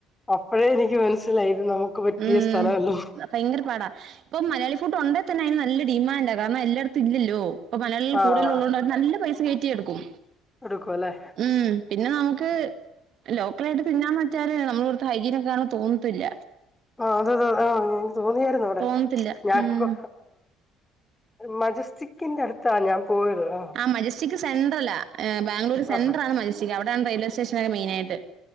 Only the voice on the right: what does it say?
ഉം
ഭയങ്കര പാടാ ഇപ്പൊ മലയാളി ഫുഡ് ഒണ്ടേ തന്നെ അയ്നു നല്ല ഡിമാൻഡ കാരണം എല്ലായിടത്തും ഇല്ലല്ലോ. പ്പൊ മലയാളികൾ
കൂടുതൽ ഉള്ളൊണ്ട് അവര് നല്ല പൈസ കയറ്റി യെടുക്കും
ഉം, പിന്നെ നമുക്ക് ലോക്കലായിട്ട് തിന്നാൻ പറ്റാതെ നമ്മൾ കൊടുത്ത ഹൈജീനൊക്കെയാണെന്ന് തോന്നത്തില്ല
തോന്നത്തില്ല
ഉം
ആ മജിസ്റ്റിക്ക് സെൻട്രല ഏഹ് ബാംഗ്ളൂർ സെന്ടരാണ്
മജസ്റ്റിക് അവിടെണ് റെയിൽവേ സ്റ്റേഷൻ ഒക്കെ മെയിനായിട്ട്.